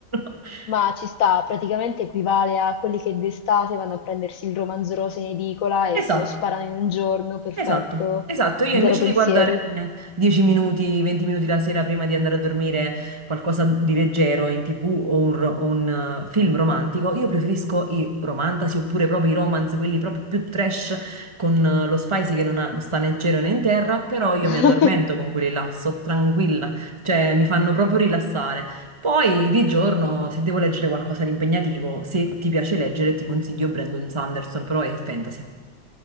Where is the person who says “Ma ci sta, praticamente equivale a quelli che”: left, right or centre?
Left